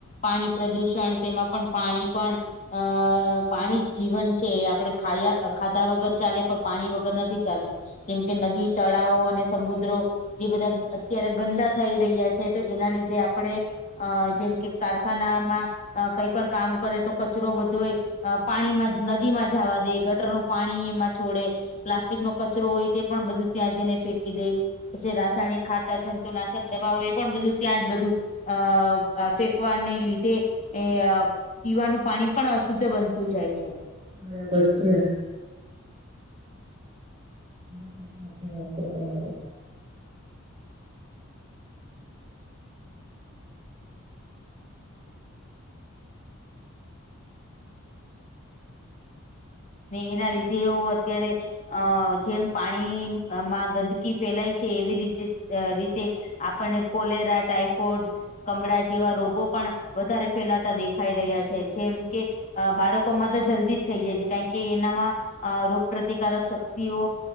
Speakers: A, on the left; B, on the right.
A: પાણી પ્રદુષણ તેમાં પણ પાણી પણ અ અ પાણી જીવન છે આપણે ખાયા ખાધા વગર ચાલે પણ પાણી વગર નથી ચાલતું. જેમ કે નદી તળાવો અને સમુદ્રો જે બધા અત્યારે ગંદા થઈ રહ્યા છે તો એના લીધે આપડણે અ જેમ કે કારખાનામાં અ કંઈક પણ કામ કરે તો કચરો બધો હોય અ પાણીમાં, નદીમાં જાવા દે ગટરનું પાણી એમાં છોડે પ્લાસ્ટિક નો કચરો હોય તે પણ બધું ત્યાં જઈને ફેંકી દે. પ રાસાયણિક ખાતર જંતુનાશક દવાઓ એ પણ બધું ત્યાં જ બધું અ અ ફેંકવાને લીધે એ પીવાનું પાણી પણ અશુદ્ધ બનતું જાય છે.
B: બરાબર છે. હ સાશે તમારું
A: એના લીધે એવું અત્યારે અ જેમ પાણીમાં ગંદકી ફેલાય છે. એવી રીતે રીતે આપણે કોલેરા ટાઈફોઈડ કમળા જેવા રોગો પણ વધારે ફેલાતા દેખાઈ રહ્યા છે. જેમ કે અ બાળકોમાં તો જલ્દી જ થઈ જાય છે. કાર એનામાં અ રોગપ્રતિકારક શક્તિઓ